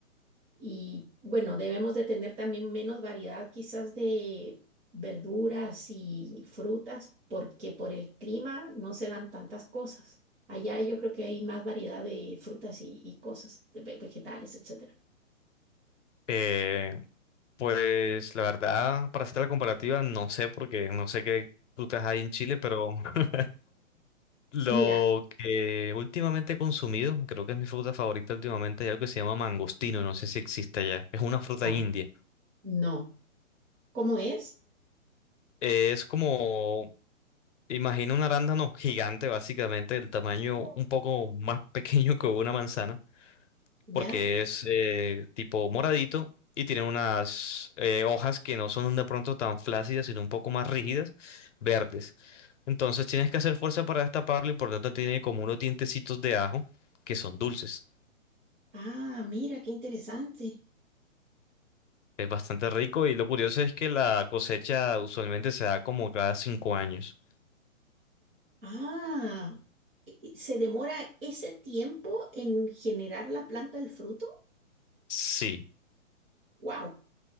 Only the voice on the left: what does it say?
Eh, pues la verdad, para hacer la comparativa, no sé porque no sé qué frutas hay en Chile, pero <laughs> Lo
que últimamente he consumido, creo que es mi fruta favorita últimamente, es algo que se llama mangostino, no sé si existe allá. Es una fruta
india.
Es como, imagina un arándano gigante, básicamente, del tamaño
un poco más <laughs> pequeño que una manzana,
porque es eh, tipo moradito y tiene unas eh, hojas que no son de pronto tan flácidas, sino un poco más rígidas, verdes. Entonces tienes que hacer fuerza para destaparlo y por lo tanto tiene como unos dientecitos de ajo que son dulces.
Es bastante rico y lo curioso es que la cosecha usualmente se da como cada cinco años.
Sí,